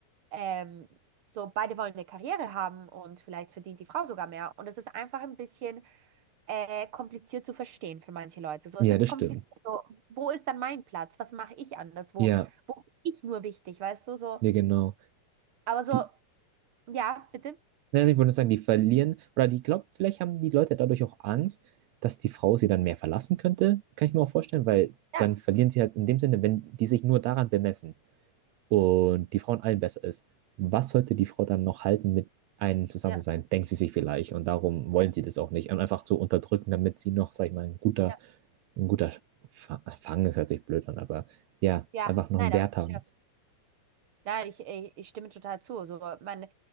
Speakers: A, on the right; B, on the right.
A: ähm, so beide wollen eine Karriere haben und vielleicht verdient die Frau sogar mehr. Und es ist einfach ein bisschen äh, kompliziert zu verstehen für manche Leute. So,
B: ja,
A: es ist
B: das
A: kompliziert.
B: stimmt.
A: So, wo ist dann mein Platz? Was mache ich anders? Wo,
B: Ja.
A: wo bin ich nur wichtig, weißt du? So,
B: Ja, genau.
A: aber so,
B: Die,
A: ja, bitte.
B: ja, ich würde sagen, die verlieren, oder die glaubt, vielleicht haben die Leute dadurch auch Angst, dass die Frau sie dann mehr verlassen könnte. Kann ich mir auch vorstellen, weil
A: Ja,
B: dann verlieren sie halt in dem Sinne, wenn die sich nur daran bemessen und die Frau in allen besser ist. Was sollte die Frau dann noch halten, mit einem zusammen
A: ja,
B: zu sein? Denkt sie sich vielleicht. Und darum wollen
A: ja,
B: sie das auch nicht. Und einfach so unterdrücken, damit sie noch, sag ich mal, ein guter,
A: ja.
B: ein guter Fa- Fang ist, hört sich blöd an, aber ja,
A: Ja,
B: einfach noch
A: nein,
B: einen Wert
A: aber ich verstehe,
B: haben.
A: was Ja, ich, ich, ich stimme total zu. So, man,